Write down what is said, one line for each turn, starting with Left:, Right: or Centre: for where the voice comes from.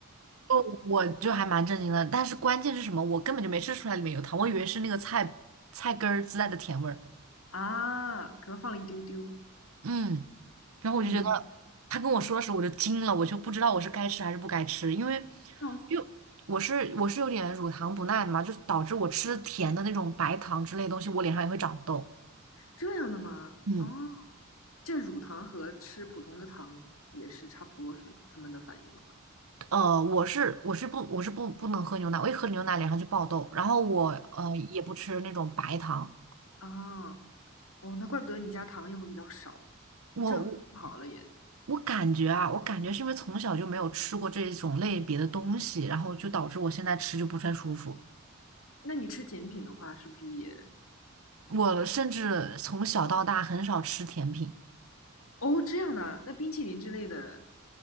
Right: 哦，我就还蛮震惊的，但是关键是什么？我根本就没吃出来里面有糖，我以为是那个菜菜根儿自带的甜味儿，
Left: 啊，可能放了一丢丢。
Right: 嗯。然后我就觉得他跟我说的时候，
Left: 嗯，
Right: 我就惊了，我就不知道我是该吃还是不该吃，因为
Left: 哦，
Right: 因为我是我是有点乳糖不耐的嘛，就是导致我吃甜的那种白糖之类的东西，我脸上也会长痘。
Left: 这样的吗？
Right: 嗯，
Left: 哦，这乳糖和吃普通的糖也是差不多是吗？他们的反应的话，
Right: 呃，我是我是不我是不不能喝牛奶，我一喝牛奶脸上就爆痘，然后我呃也不吃那种白糖，
Left: 啊，哦，那怪不得你家糖也会比较少，
Right: 我我
Left: 正好了也。
Right: 我感觉啊，我感觉是因为从小就没有吃过这种类别的东西，然后就导致我现在吃就不太舒服。
Left: 那你吃甜品的话，是不是也……
Right: 我甚至从小到大很少吃甜品。
Left: 哦，这样的啊那冰淇淋之类的，